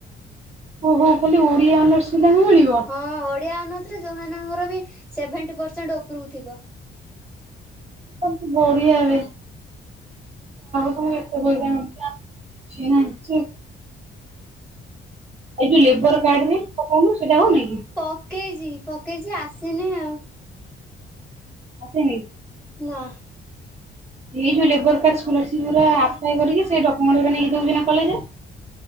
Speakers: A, on the right (about 35°); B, in the centre.
A: ଓହୋ ଖାଲି ଓଡିଆ ଅନର୍ସ ପିଲାଙ୍କୁ ମିଳିବ।
B: ହଁ ଓଡ଼ିଆ ଅନର୍ସରେ ଯେଉଁମାନଙ୍କର ବି ସେଭେଣ୍ଟି ପରସେଣ୍ଟ ଉପରକୁ ଥିବ।
A: ସୁ ବଢିଆ ବେ। ତ ଏତେ ବ କିଛି ନାହିଁ ଛି। ଏଇ ଯୋଉ ଲେବର କାର୍ଡ ରେ ପକାଉନୁ ସେଟା ହଉନଇ କି।
B: ପକେଇଛି ପକେଇଛି ଆସିନି ଆଉ।
A: ଆସିନି।
B: ନା।
A: ଏଇୋଉ ଲେବର କାର୍ଡ ସ୍କଲରସିପ୍ ଗୁା ଆପ୍ଲାଏ କରିକ ସେଇ ଡ୍ୟମେଣ୍ଟୁା ନେଇକ ଦଉଛି ନା କଲେଜରେ।